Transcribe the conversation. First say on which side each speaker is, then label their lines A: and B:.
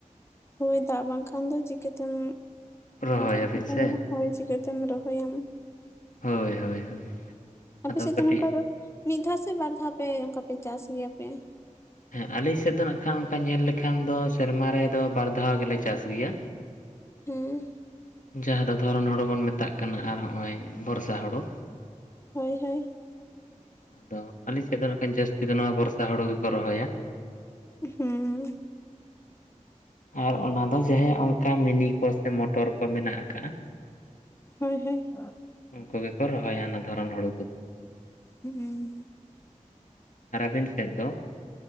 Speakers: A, on the left; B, on the left.
A: ᱦᱳᱭ ᱫᱟᱜ ᱵᱟᱝᱠᱷᱟᱱ ᱫᱚ ᱪᱤᱠᱟᱹ ᱛᱮᱢ
B: ᱨᱚᱦᱚᱭᱟᱵᱤᱱ
A: ᱪᱤᱠᱟᱹᱛᱮᱢ
B: ᱥᱮ
A: ᱨᱚᱦᱚᱭ ᱨᱚᱦᱚᱭᱟᱢ᱾
B: ᱦᱳᱭ ᱦᱳᱭ ᱦᱳᱭ
A: ᱟᱯᱮ
B: ᱟᱫᱚ
A: ᱥᱮᱫ
B: ᱠᱟᱹᱴᱤᱡ
A: ᱫᱚ ᱱᱚᱝᱠᱟ ᱢᱤᱫ ᱫᱷᱟᱣ ᱥᱮ ᱵᱟᱨ ᱫᱷᱟᱣ ᱯᱮ ᱚᱱᱠᱟ ᱯᱮ ᱪᱟᱥ ᱜᱮᱭᱟ ᱯᱮ?
B: ᱦᱮᱸ ᱟᱹᱞᱤᱧ ᱥᱮᱫ ᱫᱚ ᱱᱟᱜ ᱠᱷᱟᱱ ᱱᱚᱠᱟ ᱧᱮᱞ ᱞᱮᱠᱷᱟᱱ ᱫᱚ ᱥᱮᱨᱢᱟ ᱨᱮᱫᱚ ᱵᱟᱨ ᱫᱷᱟᱣ ᱜᱮᱞᱮ ᱪᱟᱥ ᱜᱮᱭᱟ᱾
A: ᱦᱩᱸ
B: ᱡᱟᱦᱟᱸ ᱫᱚ ᱫᱷᱚᱨᱚᱱ ᱦᱳᱲᱳ ᱵᱚᱱ ᱢᱮᱛᱟᱜ ᱠᱟᱱᱟ ᱟᱨ ᱦᱚᱸᱜᱼᱚᱭ ᱵᱚᱨᱥᱟ ᱦᱳᱲᱳ
A: ᱦᱳᱭ ᱦᱳᱭ
B: ᱫᱚ ᱟᱹᱞᱤᱧ ᱥᱮᱫ ᱫᱚ ᱠᱷᱟᱱ ᱡᱟᱹᱥᱛᱤ ᱫᱚ ᱱᱚᱣᱟ ᱵᱚᱨᱥᱟ ᱦᱳᱲᱳ ᱜᱮᱠᱚ ᱨᱚᱦᱚᱭᱟ
A: ᱦᱩᱸ
B: ᱟᱨ ᱚᱱᱟ ᱫᱚ ᱡᱟᱦᱮ ᱚᱱᱠᱟ ᱢᱤᱱᱤ ᱠᱚ ᱥᱮ ᱢᱚᱴᱚᱨ ᱠᱚ ᱢᱮᱱᱟᱜ ᱠᱟᱜᱼᱟ
A: ᱦᱳᱭ ᱦᱳᱭ
B: ᱩᱱᱠᱩ ᱜᱮᱠᱚ ᱨᱚᱦᱚᱭᱟ ᱚᱱᱟ ᱫᱷᱚᱨᱚᱱ ᱦᱳᱲᱳ ᱠᱚᱫᱚ
A: ᱩᱸ
B: ᱟᱨ ᱟᱹᱵᱤᱱ ᱥᱮᱫ ᱫᱚ